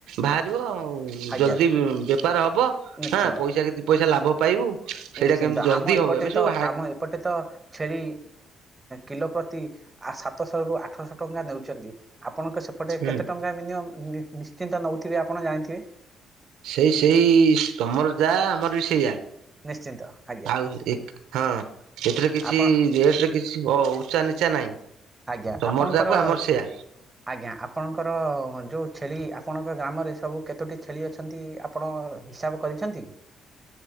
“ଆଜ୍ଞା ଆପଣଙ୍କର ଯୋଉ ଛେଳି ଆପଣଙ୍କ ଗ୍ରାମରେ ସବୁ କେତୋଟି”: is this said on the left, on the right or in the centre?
Right